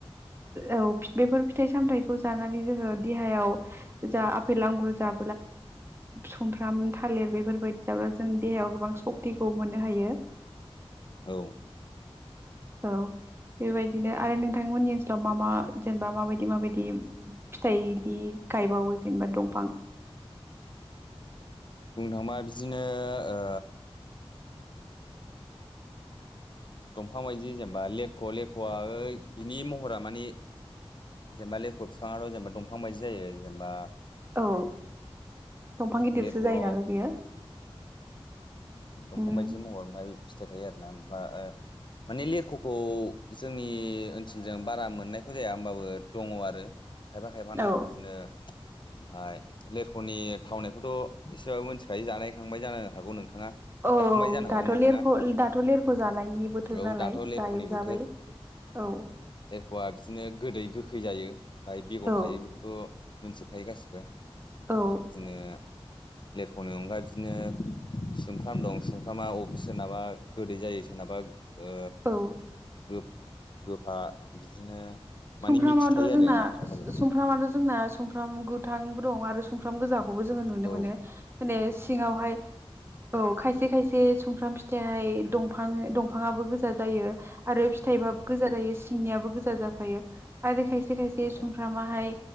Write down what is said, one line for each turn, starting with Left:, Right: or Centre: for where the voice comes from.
Right: औ बेफोर फिथाइ सामथाइखौ जानानै जोङो देहायाव जा आपेल आंगुर जा सुमफ्राम थालिर बेफोरबायदि जाब्ला जों देहायाव गोबां सक्तिखौ मोननो हायो।
Left: औ।
Right: औ बेबायदिनो आरो नोंथांमोननि ओनसोलाव मा मा जेनेबा माबायदि माबायदि फिथाइनि गायबावो जेनेबा दंफां
Left: बुंनो थाङोबा बिदिनो ओ दंफां बायदि जेनेबा लेरख' लेरख'वा बिनि महरा मानि जेनेबा लिरख' बिफाङाथ' जेनेबा दंफां बायदि जायो जेनेबा
Right: औ। दंफां गिदिरसो
Left: लेरख' औ
Right: जायो नालाय बेयो
Left: दंफां
Right: उम
Left: बायदि महर ओमफ्राय फिथाइ थायो आरो ना ओ माने लिरख'खौ जोंनि ओनसोलजों बारा मोननायखौ जाया होमबाबो दङ आरो। खायबा खायबानाव
Right: औ
Left: बिदिनो ओमफ्राय लेरख'नि थावनायखौथ' एसेबाबो मिथिखायो जानायखांबाय जानो हागौ नोंथाङा?
Right: औ
Left: जाखांबाय जानो हागौ
Right: दाथ'
Left: नोंथाङा?
Right: लेरख' दाथ' लेरख' जानायनि बोथोर
Left: औ
Right: नालाय
Left: दाथ' लेरख'नि
Right: जायो
Left: बोथोर।
Right: जाबाय औ
Left: लेरख'वा बिदिनो गोदै गोखै गोखै जायो बाय बेगर
Right: औ
Left: थायो बेखौथ' मोनथिजोबखायो गासिबो। ओमफ्राय
Right: औ।
Left: <inaudible> लेरख'नि अनगाै बिदिनो सुमफ्राम दं सुमफ्रामाब सोरनाबा गोदै जायो सोरनाबा ओ
Right: औ
Left: गो गोफा बिदिनो माने
Right: सुमफ्रामाथ'
Left: मिक्स थायो
Right: जोंना
Left: आरो ना सफारि
Right: सुमफ्रामाथ' जोंना सुमफ्राम गोथां बो दं आरो सुमफ्राम गोजा खौबो नुनो
Left: औ
Right: मानो माने सिङावहाय औ खायसे खायसे से सुमफ्राम फिथाइ दंफां दफाङाबो गोजा जायो आरो फिथाइबाबो
Left: औ
Right: गोजा जायो सिंनियाबो गोजा जाफायो आरो खायसे खायसे खायसे
Left: औ
Right: समफ्रामा हाय